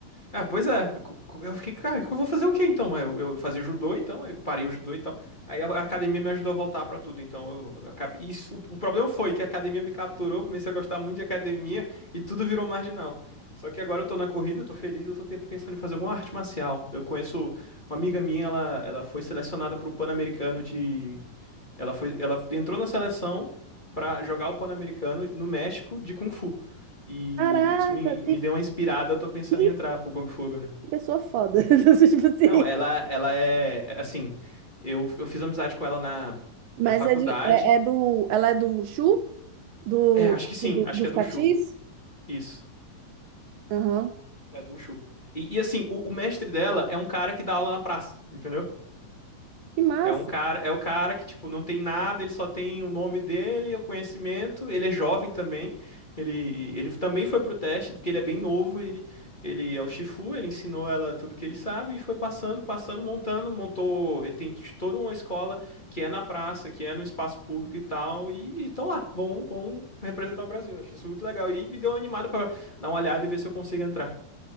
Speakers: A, on the left; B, on the right.
A: Ah, pois é. Eu co- co- eu fiquei, cara, eu vou fazer o quê então? Eu, eu fazia judô, então, eu parei o judô então. Aí a a academia me ajudou a voltar pra tudo, então eu eu acabei. Isso, o, o problema foi que a academia me capturou, eu comecei a gostar muito de academia e tudo virou marginal. Só que agora eu tô na corrida, eu tô feliz, eu tô te- pensando em fazer alguma arte marcial. Eu conheço uma amiga minha, ela, ela foi selecionada pro Pan-Americano de. Ela foi, ela entrou na seleção pra jogar o Pan-Americano no México de Kung Fu. E
B: Caraca,
A: isso me,
B: que,
A: me deu uma inspirada, eu tô pensando
B: que
A: em entrar pro Kung Fu agora.
B: pessoa foda. <laughs> Tipo assim.
A: Não, ela, ela é, é assim, eu, eu fiz amizade com ela na,
B: Mas
A: na faculdade.
B: é, de, é, é do. Ela é do Wushu? Do,
A: É, acho
B: tipo,
A: que sim,
B: do-
A: acho
B: dos
A: que é do
B: catis?
A: Chu. Isso,
B: Aham.
A: é do Chu. E, e assim, o, o mestre dela é um cara que dá aula na praça, entendeu?
B: Que massa.
A: É um cara, é o cara que, tipo, não tem nada, ele só tem o nome dele, o conhecimento, ele é jovem também. Ele, ele também foi pro teste, porque ele é bem novo, ele, ele é o Shifu, ele ensinou ela tudo que ele sabe e foi passando, passando, montando, montou, ele tem t- toda uma escola que é na praça, que é no espaço público e tal, e estão lá, vão, vão representar o Brasil. Acho isso muito legal e me deu uma animada pra dar uma olhada e ver se eu consigo entrar.